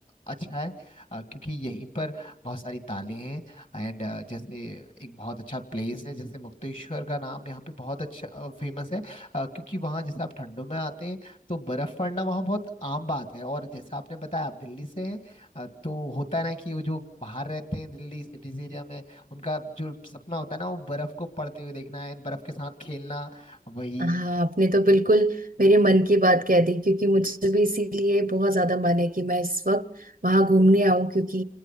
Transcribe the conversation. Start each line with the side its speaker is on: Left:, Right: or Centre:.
Left: अच्छा है अ, क्योंकि यहीं पर बहुत सारी तालें हैं एंड जैसे एक बहुत अच्छा प्लेस है जैसे मुक्तेश्वर का नाम यहाँ पे बहुत अच्छा फेमस है अ, क्योंकि वहाँ जैसे आप ठंडों में आते हैं तो बर्फ पड़ना वहाँ बहुत आम बात है और जैसा आपने बताया आप दिल्ली से हैं अ, तो होता है ना कि वो जो बाहर रहते हैं दिल्ली सिटीज एरिया में उनका जो सपना होता है ना वो बर्फ को पड़ते हुए देखना है बर्फ के साथ खेलना वही
Right: हाँ आपने तो बिल्कुल मेरे मन की बात कह दी क्योंकि मुझे भी इसीलिए बहुत ज्यादा मन है कि मैं इस वक्त वहां घूमने आऊं क्योंकि